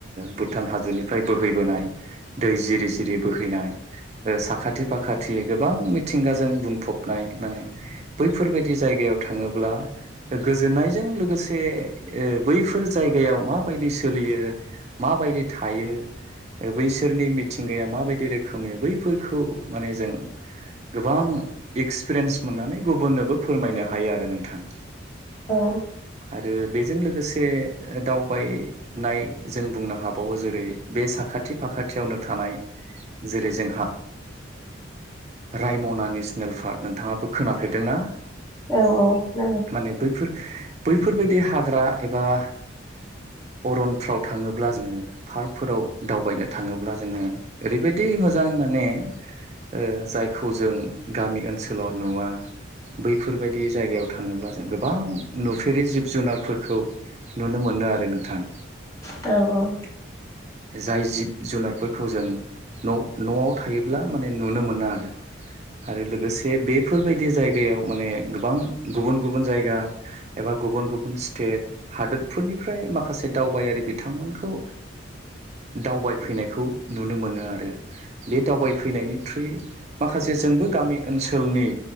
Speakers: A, on the right (about 35°); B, on the left (about 15°).
A: भुटान हादरनिफ्राय बोहैबोनाय दै जिरि जिरि बोहैनाय साखाथि फाखाथि गोबां मिथिंगाजों बुंफबनाय माने बैफोरबायदि जायगायाव थाङोब्ला गोजोननायजों लोगोसे बैफोर जायगायाव माबायदि सोलियो माबायदि थायो बैसोरनि मिथिंगाया माबायदि रोखोमनि बैफोरखौ माने जों गोबां एक्सपिरियेन्स मोननानै गुबुननोबो फोरमायनो हायो आरो नोंथां
B: औ
A: आरो बेजों लोगोसे दावबायनाय जों बुंनो हाबावो जेरै बे साखा साखाथि फाखाथियावनो थानाय जेरै जोंहा रायमना नेसनेल पार्क नोंथाङाबो खोनाफेरदोंना
B: औ औ खोनादों
A: माने बैफोर बैफोरबायदि हाग्रा एबा <unintelligible> <inaudible> अरनफ्राव थाङोब्ला जोङो पार्कफोराव दावबायनो थाङोब्ला जोङो ओरैबायदि मोजां माने ओ जायखौ जों गामि ओनसोलाव नुवा बैफोरबायदि जायगायाव थाङोब्ला जों गोबां नुफेरै जिब जुनारफोरखौ नुनो मोनो आरो नोंथां
B: औ
A: जाय जिब जुनारफोरखौ जों न'आव थायोब्ला माने नुनो मोना आरो आरो लोगोसे बेफोरबायदि जायगा जायगायाव माने गोबां गुबुन गुबुन जायगा एबा गुबुन गुबुन स्टेट हादोरफोरनि निफ्राय माखासे दावबायारि बिथांमोनखौ दावबायफैनायखौ नुनो मोनो आरो आरो बे दावबायफैनायनि थ्रुयै माखासे जोंबो गामि ओनसोलनि